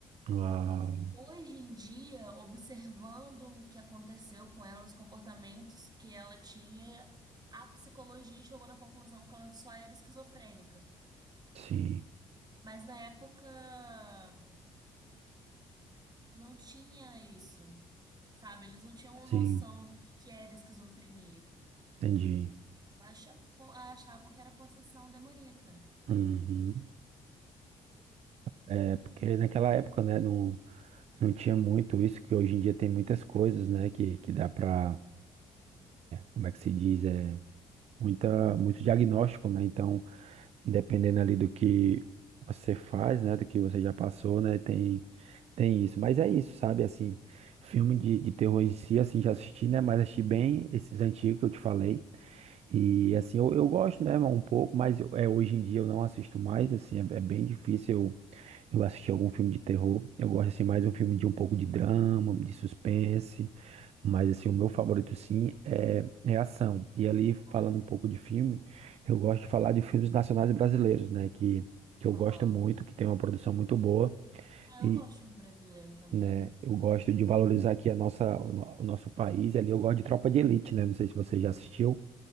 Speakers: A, on the right; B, on the right.
A: Ah,
B: Hoje em dia, observando o que aconteceu com ela, os comportamentos que ela tinha, a psicologia chegou na conclusão que ela só era esquizofrênica.
A: sim.
B: Mas na época. Não tinha isso, sabe? Eles não tinham
A: Sim,
B: noção do que que era esquizofrenia.
A: entendi.
B: Acha- co- Achavam que era possessão demoníaca.
A: Uhum. É, porque naquela época, né, não, não tinha muito isso, que hoje em dia tem muitas coisas, né, que, que dá para, como é que se diz, é, muita, muito diagnóstico, né, então, dependendo ali do que você faz, né, do que você já passou, né, tem, tem isso. Mas é isso, sabe, assim, filme de, de terror em si, assim, já assisti, né, mas assisti bem esses antigos que eu te falei, E assim, eu, eu gosto, né, um pouco, mas eu- é, hoje em dia eu não assisto mais, assim, é, é bem difícil eu, eu assistir algum filme de terror. Eu gosto, assim, mais um filme de um pouco de drama, de suspense, mas, assim, o meu favorito, sim, é, é ação. E ali, falando um pouco de filme, eu gosto de falar de filmes nacionais brasileiros, né, que, que eu gosto
B: Aham.
A: muito, que tem uma produção muito boa
B: Ah,
A: e...
B: eu gosto de filme brasileiro também.
A: Né? Eu gosto de valorizar aqui a nossa, o no- o nosso país, e ali eu gosto de Tropa de Elite, né? Não sei se você já assistiu.